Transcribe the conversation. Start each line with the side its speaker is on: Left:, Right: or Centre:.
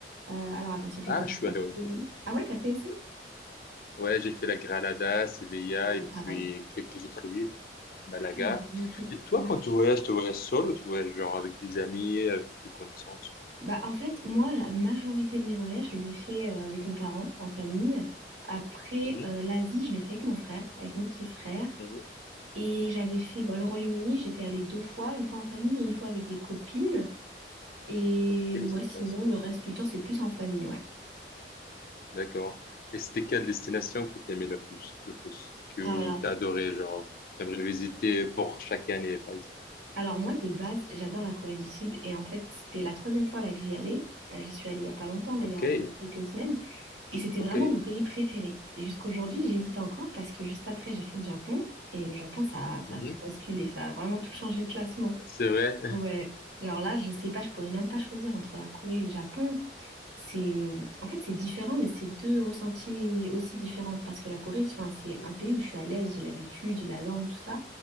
Right: Euh, alors attends, j'ai fait
Left: Ah,
Right: quoi? J'ai
Left: je suis
Right: fait
Left: allé au...
Right: Séville. Ah ouais, t'as fait aussi?
Left: Ouais, j'ai fait la Granada, Sevilla
Right: Ouais,
Left: et puis
Right: pareil.
Left: quelques autres villes, Malaga.
Right: Attends, il y avait une île du-
Left: Et toi,
Right: Ouais.
Left: quand tu voyages, tu voyages seul ou tu voyages genre avec des amis, avec des connaissances?
Right: Bah, en fait, moi, la majorité de mes voyages, je les ai faits euh, avec mes parents, en famille. Après,
Left: Mhm,
Right: euh, l'Asie, je l'ai fait avec mon frère, avec mon petit frère.
Left: mhm.
Right: Et j'avais fait bah, le Royaume-Uni, j'étais allée deux fois, une fois en famille et une fois avec des copines. Et
Left: Ok, c'est
Right: ouais, sinon,
Left: intéressant.
Right: le reste du temps, c'est plus en famille, ouais.
Left: D'accord. Et c'était quelle destination que tu aimais le plus, le plus, que
Right: Alors,
Left: tu as adoré, genre, t'aimerais visiter pour chaque année, par exemple.
Right: alors moi, de base, j'adore la Corée du Sud. Et en fait, c'était la troisième fois là que j'y allais. Euh, J'y suis allée il y a pas longtemps, là,
Left: OK,
Right: il y a, il y a quelques semaines. Et c'était
Left: OK.
Right: vraiment mon pays préféré. Et jusqu'aujourd'hui, j'hésite encore parce que juste après, j'ai fait le Japon. Et le Japon, ça, ça
Left: Mhm.
Right: a tout basculé. Ça a vraiment tout changé le classement.
Left: C'est vrai.
Right: Ouais. Alors là, je sais pas, je pourrais même pas choisir entre la Corée et le Japon. C'est, en fait, c'est différent, mais c'est deux ressentis aussi différents. Parce que la Corée, enfin,
Left: <laughs>
Right: c'est
Left: Mhm.
Right: un pays où je suis à l'aise, j'ai l'habitude, j'ai la langue, tout ça.